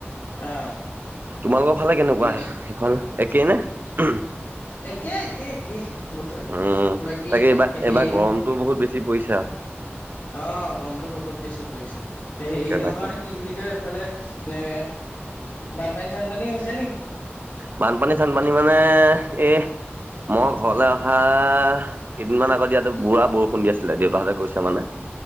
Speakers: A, on the left; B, on the right.
A: অ
B: তোমালোকৰ ফালে কেনেকুৱা
A: বাকী
B: সেইখন একেই নে উমহ?
A: একেই একেই একেই বতৰ একেই
B: উম
A: বাকী
B: তাকে এইবাৰ
A: হেৰি
B: এইবাৰ গৰমতো
A: ন
B: বহুত বেছি পৰিছে আৱ।
A: অ গৰমটো বহুত বেছি পৰিছে
B: তাকে
A: হেৰী নহয়
B: তাকে
A: কি বুলি কয় এইফালে নে বানপানী চানপানী হৈছে নি?
B: বানপানী চানপানী মানে এহ মই ঘৰলে অহা কেইদিনমান আগত ইয়াতে পুৰা বৰষুণ দি আছিলে, দেউতাহঁতে কৈছে মানে।